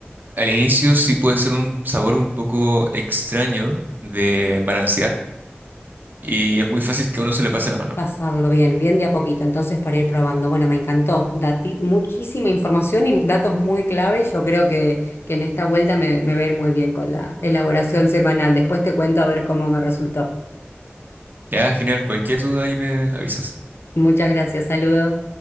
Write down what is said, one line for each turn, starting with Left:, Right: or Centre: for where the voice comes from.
Right: al inicio sí puede ser un sabor un poco extraño de balancear y es muy fácil que a uno se le pase la mano.
Left: Pasarlo bien, bien de a poquito, entonces para ir probando. Bueno, me encantó. Dati- muchísima información y datos muy clave. Yo creo que, que en esta vuelta me, me va a ir muy bien con la elaboración semanal. Después te cuento a ver cómo me resultó.
Right: Ya, genial, cualquier duda ahí me avisas.
Left: Muchas gracias, saludos.